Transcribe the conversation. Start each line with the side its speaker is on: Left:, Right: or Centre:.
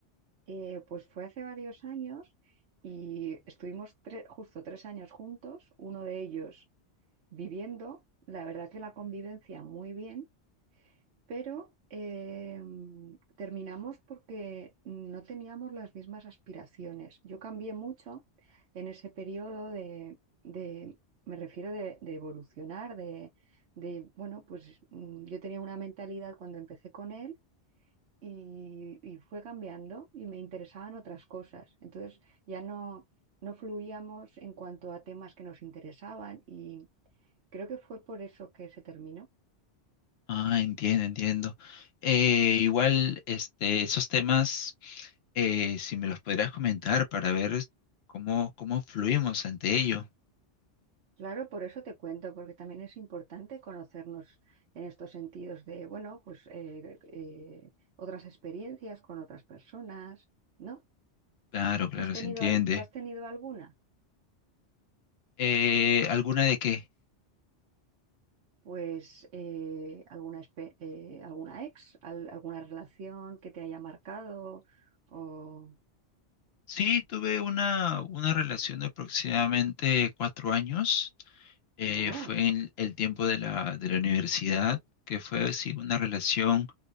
Right: Eh, Pues fue hace varios años y estuvimos tre- justo tres años juntos, uno de ellos viviendo, la verdad que la convivencia muy bien pero eh, terminamos porque no teníamos las mismas aspiraciones. Yo cambié mucho en ese periodo de, de- me refiero de, de evolucionar, de, de, bueno, pues mm, yo tenía una mentalidad cuando empecé con él y, y fue cambiando y me interesaban otras cosas. Entonces ya no, no fluíamos en cuanto a temas que nos interesaban y creo que fue por eso que se terminó.
Left: Ah, entiendo, entiendo. Eh, igual, este, esos temas Eh, si me los podrías comentar para ver cómo, cómo fluimos ante ello.
Right: Claro, por eso te cuento, porque también es importante conocernos en estos sentidos de, bueno, pues eh, eh, otras experiencias con otras personas, ¿no?
Left: Claro, claro,
Right: ¿Tú has tenido,
Left: se entiende.
Right: al- tú has tenido alguna?
Left: Eh, ¿alguna de qué?
Right: Pues eh, alguna, espe- eh, alguna ex, al- alguna relación que te haya marcado o...
Left: Sí, tuve una, una relación de aproximadamente cuatro años. Eh,
Right: o-
Left: fue en el tiempo de la, de la universidad, que fue sí, una relación